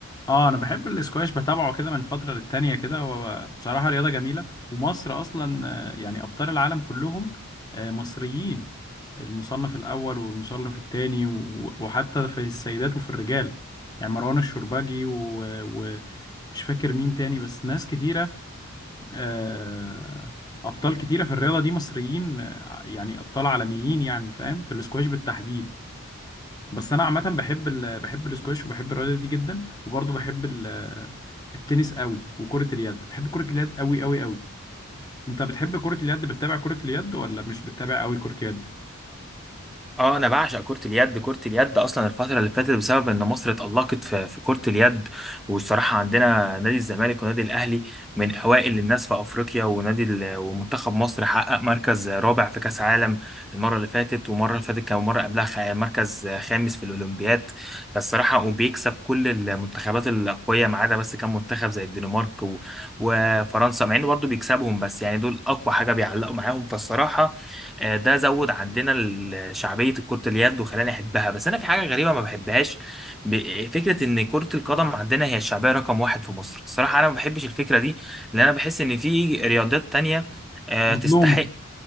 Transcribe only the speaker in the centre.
اه انا بعشق كرة اليد كرة اليد اصلا الفترة اللي فاتت بسبب ان مصر اتألقت في في كرة اليد والصراحة عندنا نادي الزمالك ونادي الاهلي من اوائل الناس في افريقيا ونادي ال- ومنتخب مصر حقق مركز رابع في كاس عالم المرة اللي فاتت ومرة اللي فاتت كان مرة قبلها خ- مركز خامس في الاولمبياد فالصراحة وبيكسب كل المنتخبات الاقوية ما عدا بس كان منتخب زي الدنمارك و- وفرنسا مع انه برضه بيكسبهم بس يعني دول اقوى حاجة بيعلقوا معاهم فالصراحة آه، ده زود عندنا ال- شعبية كرة اليد وخلاني أحبها بس أنا في حاجة غريبة ما بحبهاش ب- فكرة إن كرة القدم عندنا هي الشعبية رقم واحد في مصر الصراحة أنا ما بحبش الفكرة دي لأن أنا بحس إن في رياضات تانية آه،
تستحق